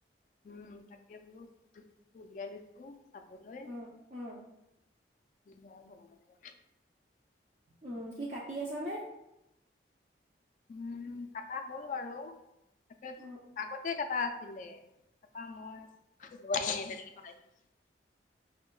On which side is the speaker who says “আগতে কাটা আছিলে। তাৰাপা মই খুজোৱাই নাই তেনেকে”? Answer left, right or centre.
Left